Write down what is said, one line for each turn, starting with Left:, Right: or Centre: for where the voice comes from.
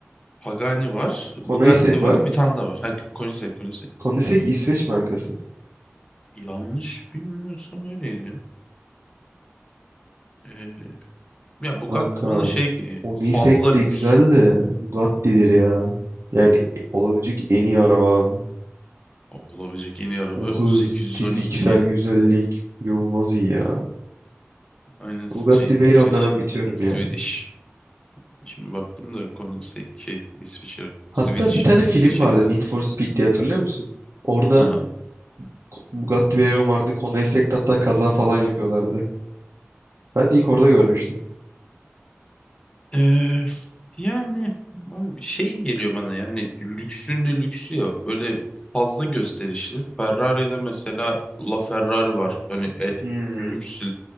Left: Pagani var,
Right: Koenigsegg
Left: Bugatti
Right: var.
Left: var, bir tane daha var. Ha, Koenigsegg, Koenigsegg.
Right: Koenigsegg İsveç markası.
Left: Yanlış bilmiyorsam öyleydi. ya. Ee, ya Bugatti
Right: Kanka
Left: bana şey e,
Right: Koenigsegg
Left: fazla lüks.
Right: de güzel de Bugatti'dir ya. Yani olabilecek en iyi araba abi.
Left: Abi, olabilecek en iyi araba
Right: O hız,
Left: 812.
Right: fiziksel güzellik inanılmaz iyi ya.
Left: Aynen
Right: Bugatti
Left: şey
Right: Veyron'da
Left: İsveçli.
Right: ben bitiyorum
Left: Swedish.
Right: ya.
Left: Şimdi baktım da Koenigsegg şey İsviçre,
Right: Hatta
Left: Swedish
Right: bir tane
Left: yani
Right: film
Left: İsviçre'ydi
Right: vardı
Left: değil
Right: Need
Left: mi?
Right: for Speed diye hatırlıyor musun? Orada
Left: Aha.
Right: Ko- Bugatti Veyron vardı. Honda Essaec'te hatta kaza falan yapıyorlardı. Ben de ilk orada görmüştüm.
Left: Ee, yani abi şey geliyor bana yani lüksün de lüksü ya böyle fazla gösterişli. Ferrari'de mesela LaFerrari var. Hani e,
Right: Hmm.
Left: lüks